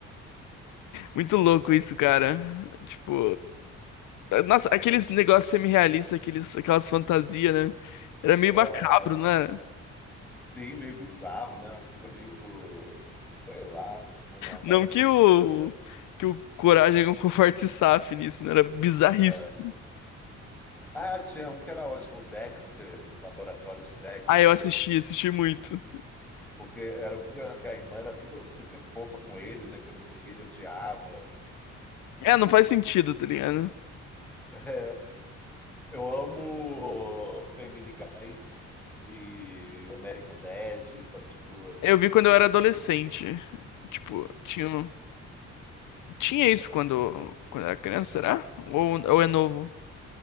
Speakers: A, on the left; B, in the centre.
A: Muito louco isso, cara. Tipo, nossa, aqueles negócios semi-realistas, aqueles, aquelas fantasias, né? Era meio
B: Aham.
A: macabro, não era?
B: sim, meio bizarro, né? Uma coisa meio, sei lá, tipo uma vibe
A: Não
B: meio
A: que
B: estranha.
A: o que o Coragem com o Forte se safe nisso, né? Era bizarríssimo.
B: Ah, Ah, tinha um que era ótimo, Dexter, Laboratório de Dexter.
A: Ah, eu assisti, assisti muito.
B: Porque era muito engraçado que a irmã era tudo super fofa com ele, né? Que não sei, ele odiava.
A: É, não faz sentido, tá ligado?
B: É, eu amo Family Guy e American Dad, sabe? Tipo, essas...
A: Eu vi quando eu era adolescente. Tipo, tinha, um- tinha isso quando, quando eu era criança, será? Ou, ou é novo?